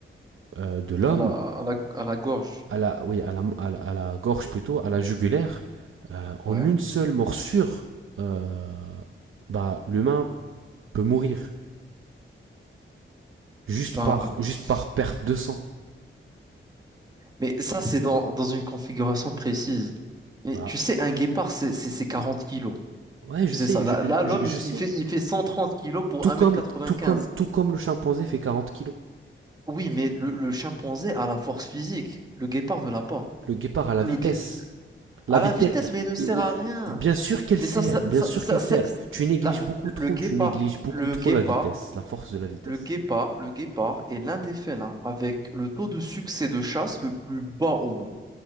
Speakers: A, on the right; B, on the right.
A: euh, de l'homme,
B: à la, à la, à la gorge.
A: à la,
B: de la-
A: oui, à la, à la, à la gorge plutôt, à la jugulaire, euh, en
B: Ouais.
A: une seule morsure, euh, bah, l'humain peut mourir juste
B: Bah,
A: par,
B: attends.
A: juste par perte de sang.
B: Mais ça, c'est dans, dans une configuration précise. Mais
A: Bah,
B: tu sais, un guépard, c'est c'est- c'est 40 kilos.
A: ouais,
B: Tu
A: je
B: sais
A: sais,
B: ça. Là,
A: je,
B: là, l'homme,
A: je, je
B: il,
A: sais.
B: il fait, il fait 130 kilos pour
A: Tout
B: un
A: comme,
B: mètre quatre-vingt-quinze.
A: tout comme, tout comme le chimpanzé fait 40 kilos.
B: Oui, mais le, le chimpanzé a la force physique. Le guépard ne l'a pas.
A: Le guépard à la
B: Le
A: vitesse
B: gué-
A: La
B: à
A: vitesse,
B: la vitesse,
A: la-
B: mais il ne sert à rien.
A: la- bien sûr qu'elle
B: Mais
A: sert,
B: ça, ça,
A: bien
B: ça,
A: sûr
B: ça-
A: qu'elle
B: ça-
A: sert.
B: ça-
A: Tu négliges
B: la-
A: beaucoup
B: le
A: trop,
B: guépard,
A: tu négliges beaucoup
B: le
A: trop
B: guépard,
A: la vitesse, la force de la vitesse.
B: le guépard, le guépard est l'un des félins avec le taux de succès de chasse le plus bas au monde,